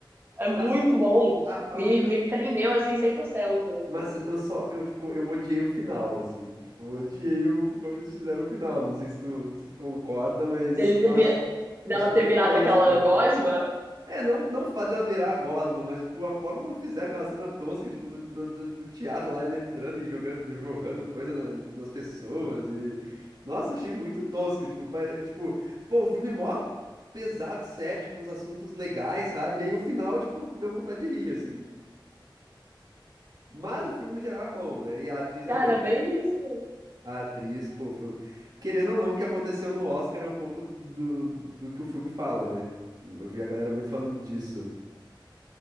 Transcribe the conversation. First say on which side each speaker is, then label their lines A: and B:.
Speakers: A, on the right; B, on the right.
A: é muito
B: Mas
A: bom.
B: a,
A: Me,
B: a única
A: me prendeu assim 100%.
B: Mas eu só, eu, tipo, eu odiei o final, assim. Tipo, eu odiei o, como eles fizeram o final. Não sei se tu, se tu concorda, mas,
A: Dele
B: nossa,
A: ter, vi- dela
B: achei
A: ter
B: muito
A: virado
B: tosco.
A: aquela gosma.
B: É, não, não o fato dela virar a gosma, mas, tipo, a forma como fizeram aquela cena tosca, tipo, do, do, do- do teatro lá, ela entrando e jogando, jorrando coisa na- nas pessoas e... Nossa, achei muito tosco, tipo, pare- tipo, pô, o filme é mó pesado, sério, tipo, uns assuntos legais, sabe? E aí o final, tipo, deu vontade de rir, assim. Mas o filme no geral é bom, né? E a atriz realmente.
A: Cara, é bem isso.
B: A atriz, pô, foi... Querendo ou não, o que aconteceu no Oscar é um pouco do, do que o filme fala, né? Eu vi a galera muito falando disso.